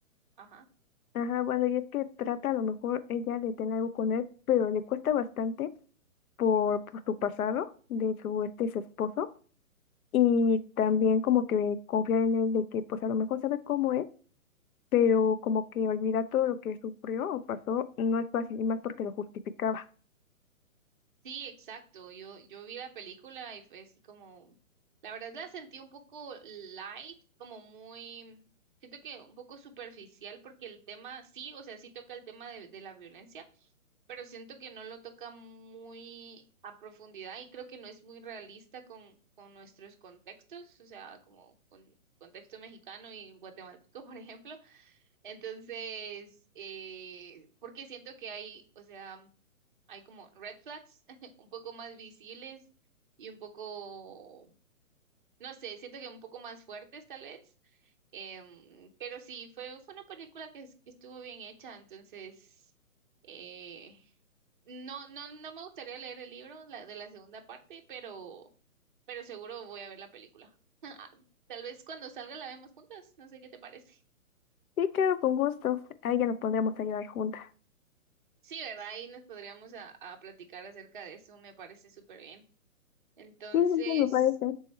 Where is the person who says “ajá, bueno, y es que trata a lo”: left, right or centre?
Left